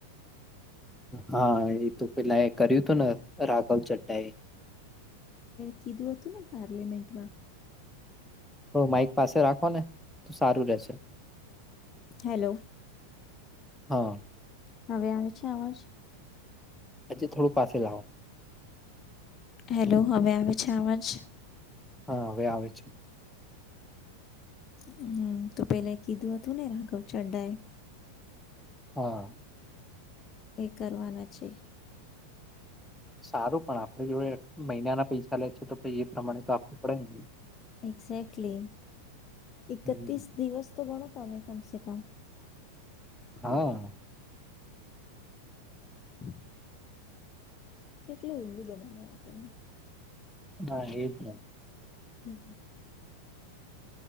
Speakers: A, in the centre; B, on the left.
A: હા એ તો પેલા કર્યું હતું ને રાઘવ ચડ્ડા એ
B: કીધું હતું ને પાર્લમેન્ટમાં
A: થોડું માઈક પાસે રાખો ને તો સારું રેશે
B: હેલો
A: હા
B: હવે આવે છે અવાજ.
A: હજી થોડું પાસે લાવો.
B: હેલો, હવે આવે છે આવાજ.
A: હા, હવે આવે છે.
B: હમ, તો પેલે કીધું હતું ને રાઘવ ચડ્ડાએ.
A: હા.
B: એ કરવાના છે.
A: સારું પણ આપણી જોડે મહિનાના પૈસા લે છે, તો પહી એ પ્રમાણે તો આપવું પડે ને હ.
B: એક્ઝે્ટલી એકત્તિસ
A: હમ્મ,
B: દિવસ તો ગણો તોમે કમસે કમ
A: હા.
B: <unintelligible> કેટલું ઉલ્લું બનાવે આપણને.
A: હા, એ જ ને.
B: હ, હ.